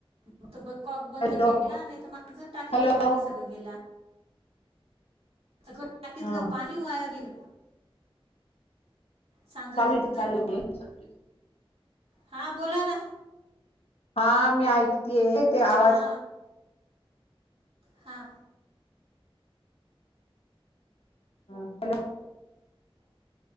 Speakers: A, on the right; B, on the left.
A: मग तो कॉक बंद
B: हॅलो
A: केला. नाही तर माझं टाकीतलं
B: हॅलो
A: पाणी सगळं गेला सगळ टाकीतलं
B: हा
A: पाणी वाया गेलं. सांगतच
B: चालेल
A: नाही
B: चालले
A: मग हा बोला ना
B: हा मी ऐक तिये ते आवाज
A: हा हा
B: हा हॅलो.